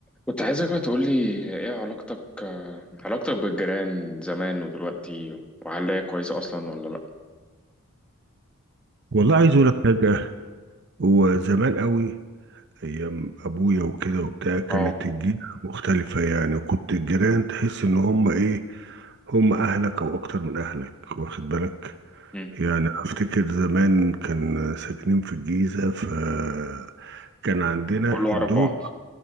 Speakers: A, in the centre; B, on the right.
A: كنت عايزك بقى تقولي ايه علاقتك آه، علاقتك بالجيران زمان ودلوقتي وهل هي كويسة أصلا ولا لأ؟
B: والله عايز اقول لك حاجه هو زمان قوي ايام ابويا وكده وبتاع كانت
A: اه
B: الجيرة مختلفه يعني وكنت الجيران تحس ان هم ايه هم اهلك او اكتر من اهلك واخد بالك
A: مم.
B: يعني افتكر زمان كان ساكنين في الجيزه فكان عندنا
A: كله
B: الدود
A: عارف بعض